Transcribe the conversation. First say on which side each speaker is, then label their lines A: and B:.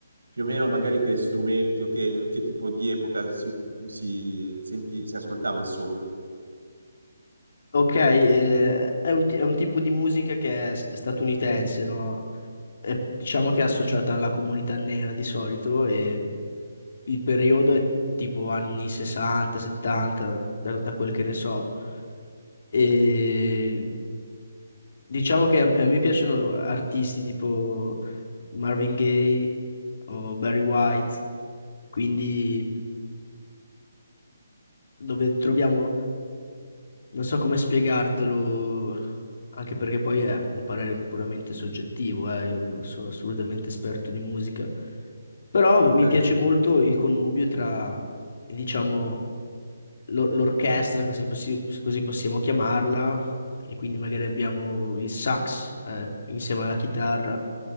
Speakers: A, on the right; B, on the left.
A: più o meno magari che strumenti o che, in che tipo di epoca si, si senti- si ascoltava il soul.
B: ok, eh, è un, ti- è un tipo di musica che è s- statunitense, no? È- diciamo che è associata alla comunità nera di solito e il periodo è tipo anni 60, 70, da, da quel che ne so. E Diciamo che a, a me piacciono artisti tipo Marvin Gaye o Barry White, quindi dove troviamo, non so come spiegartelo, anche perché poi è un parere puramente soggettivo, eh, io non sono assolutamente esperto di musica, però
A: Ok,
B: mi mi piace molto il connubio tra, diciamo, l'o- l'orchestra, così, possi- così possiamo chiamarla, e quindi magari abbiamo il sax, eh, insieme alla chitarra.